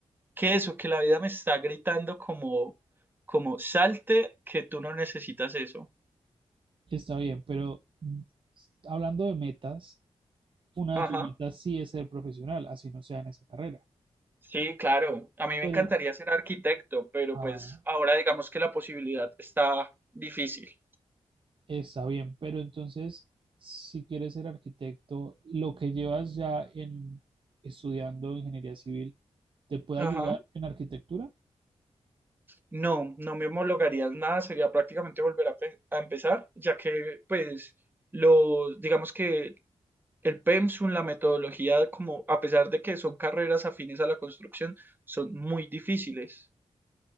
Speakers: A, on the right; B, on the right.
A: que eso, que la vida me está gritando como, como salte, que tú no necesitas eso.
B: Está bien, pero mm, hablando de metas, una
A: Ajá.
B: de tus metas sí es ser profesional, así no sea en esa carrera.
A: Sí, claro. A mí me
B: Pero,
A: encantaría ser arquitecto, pero
B: ah,
A: pues ahora digamos que la posibilidad está difícil.
B: Está bien, pero entonces, si quieres ser arquitecto, lo que llevas ya en estudiando ingeniería civil, ¿te puede
A: Ajá.
B: ayudar en arquitectura?
A: No, no me homologaría en nada, sería prácticamente volver a, pe- a empezar, ya que pues los, digamos que el PEMSUM, la metodología, como a pesar de que son carreras afines a la construcción, son muy difíciles.